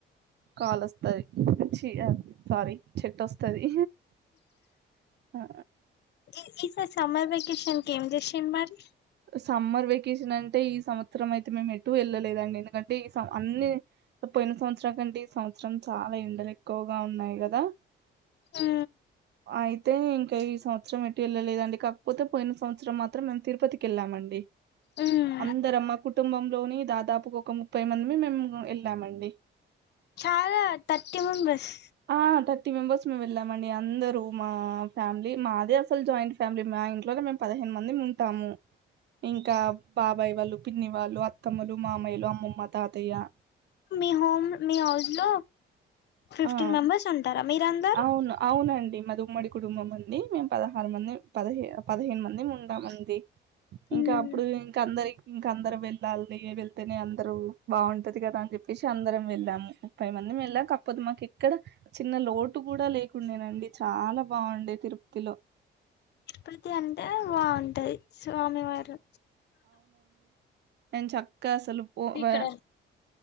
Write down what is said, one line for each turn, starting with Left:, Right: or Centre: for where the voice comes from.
Right: కాలు వస్తది భీ స్వారీ చెట్టు వస్తది ఆ
Left: ఈ ఈసారి సమ్మర్ వెకేషన్ కి ఏం చేసింరు మరి
Right: సమ్మర్ వెకేషన్ అంటే ఈ సంవత్సరం అయితే మేము ఎటు వెళ్ళలేదండి ఎందుకంటే ఈ అన్ని పోయిన సంవత్సరం కంటే ఈ సంవత్సరం చాల ఎండలు ఎక్కువగా ఉన్నాయి కదా
Left: ఉ
Right: అయితే ఇంకా ఈ సంవత్సరం ఎటు వెళ్ళలేదండి కాకపోతే పోయిన సంవత్సరం మాత్రం మేము తిరుపతి కెళ్లాం అండి
Left: ఉమ్
Right: అందరం మ కుటుంబంలోని దాదాపు ఒక ముప్పై మంది మేము వెళ్ళామండి
Left: చాల థర్టీ మెంబర్స్
Right: ఆ థర్టీ మెంబెర్స్ మేము వెళ్ళామ అండి అందరు మా ఫ్యామిలీ మాదే అసలు జాయింట్ ఫ్యామిలీ మా ఇంట్లోనే మేము పదిహేను మంది ఉంటాము ఇంకా బాబాయ్ వాళ్ళు పిన్ని వాళ్ళు అత్తమ్మలు మామయ్యలు అమ్మమ్మ తాతయ్య
Left: మీ హోమ్ మీ హౌస్ లో ఫిఫ్టీన్
Right: ఆ
Left: మెంబర్స్ ఉంటార మీరంద
Right: అవును అవునండి మాది ఉమ్మడి కుటుంబం అండి మేము పదహారు మంది పదహే పదిహేను మంది ఉంటాము అండి
Left: ఉమ్
Right: ఇంక అప్పుడు ఇంక అందరికి ఇంక అందరు వెళ్ళాలి వెళ్తేనే అందరుూ బాగుంటది కదా అని చెప్పేసి అందరం వెళ్దాము ముప్పై మంది వెళ్ళాం కాకపోతే మాకు ఇక్కడ చిన్న లో టు కూడా లేకుండెనండి చాలా బాగుండే తిరుపతిలో
Left: ఉపతి అంటే బాగుంటది స్వామి వారు
Right: ఏం చక్క అసలు పోవె
Left: ఇది ఇక్కడ